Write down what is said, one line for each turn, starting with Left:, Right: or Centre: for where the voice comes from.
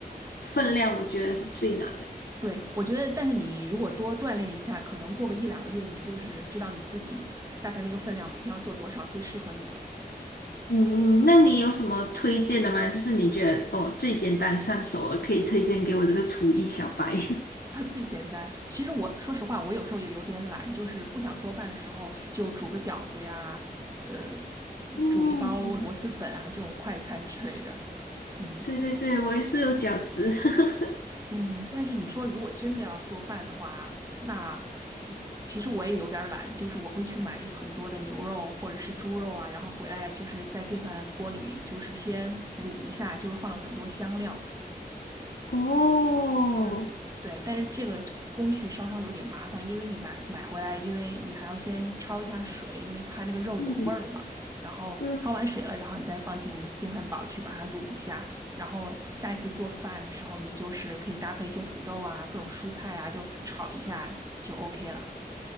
Left: 分量，我觉得是最难的。
Right: 对，我觉得，但是你如果多锻炼一下，可能过个一两个月，你就是知道你自己大概那个分量每天要做多少，最适合你了。
Left: 嗯，嗯那你有什么推荐的吗？就是你觉得哦最简单上手了，可以推荐给我这个厨艺小白。<laughs>
Right: <laughs> 最简单。其实我说实话，我有时候也有点懒，就是不想做饭的时候，就煮个饺子呀，呃，
Left: 嗯，
Right: 煮一包螺蛳粉啊，这种快餐之类的。嗯
Left: 对对对，我也是有饺子。<laughs>
Right: 嗯，但是你说如果真的要做饭的话，那嗯其实我也有点儿懒，就是我会去买很多的牛肉或者是猪肉啊，然后回来就是在电饭锅里就是先卤一下，就是放很多香料，
Left: 哦，
Right: 嗯，对，但是这个工序稍稍有点麻烦，因为你买买回来，因为你还要先焯一下水，因为怕那个肉有味儿嘛。
Left: 嗯
Right: 然后焯完水了，
Left: 嗯，
Right: 然后你再放进电饭煲去把它卤一下。然后下一次做饭的时候，你就是可以搭配一些土豆啊、各种蔬菜啊，就炒一下就 OK 了。